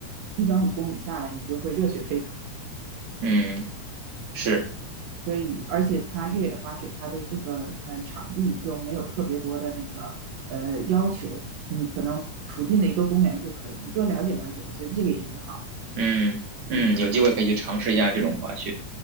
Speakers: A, on the right (about 75°); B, on the right (about 50°).
A: 一般五公里下来，你就会热血沸腾的。
B: 嗯是，
A: 所以，而且它越野滑雪它的这个呃场地又没有特别多的那个呃要求，你可能附近的一个公园就可以，你多了解了解，我觉得这个也挺好。的。
B: 嗯嗯，
A: 嗯
B: 有机会可以去尝试一下这种滑雪，
A: 嗯，